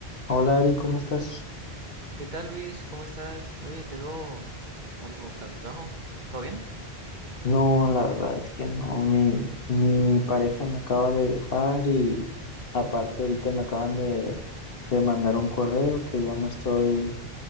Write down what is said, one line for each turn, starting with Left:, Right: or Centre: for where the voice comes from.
Left: Hola Ari, ¿cómo estás?
Right: ¿Qué tal, Luis? ¿Cómo estás? Oye, te veo algo cabizbajo. ¿Todo bien?
Left: No, la verdad es que no, mi, mi pareja me acaba de dejar y aparte ahorita me acaban de, de mandar un correo que ya no estoy,